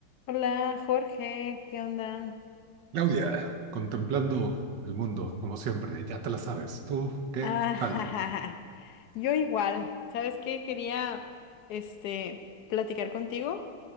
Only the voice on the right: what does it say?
Claudia, contemplando el mundo, como siempre, ya te la sabes. ¿Tú qué
tal?